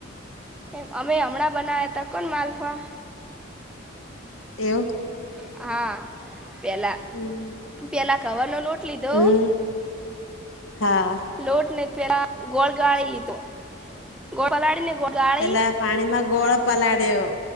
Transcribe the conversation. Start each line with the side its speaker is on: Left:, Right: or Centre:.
Centre: એ અમે હમણાં બનાવ્યા ત કોણ માલફા
Left: એવું
Centre: હા પેલા
Left: હમ
Centre: પેલા ઘઉં નો લોટ લીધો
Left: હમ હા
Centre: લોટ ને તરા ગોળ ગાળી લીધો ગોળ પલાળીને ગોળ ગાળી
Left: પેલા પાણીમાં ગોળ પલાળ્યો